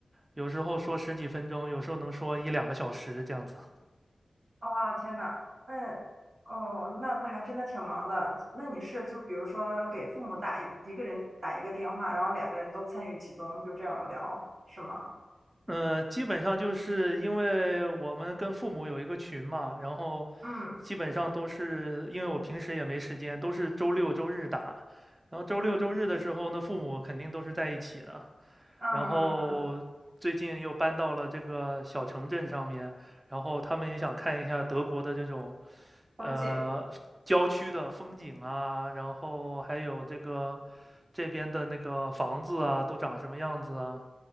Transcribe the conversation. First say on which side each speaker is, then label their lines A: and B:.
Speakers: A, on the right; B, on the right.
A: 有时候说十几分钟，有时候能说一两个小时这样子。
B: 哇、天呐，嗯，哦，那那还真的挺忙的。那你是就比如说给父母打一一个人打一个电话，然后两个人都参与其中，就这样聊，是吗？
A: 嗯，基本上就是因为我们跟父母有一个群嘛，然后
B: 嗯
A: 基本上都是因为我平时也没时间，都是周六周日打。然后周六周日的时候那父母肯定都是在一起的。
B: 嗯嗯嗯嗯，
A: 然后最近又搬到了这个小城镇上面，然后他们也想看一下德国的这种，
B: 风景，
A: 呃，郊区的风景啊，然后还有这个这边的那个房子啊，都长什么样子啊。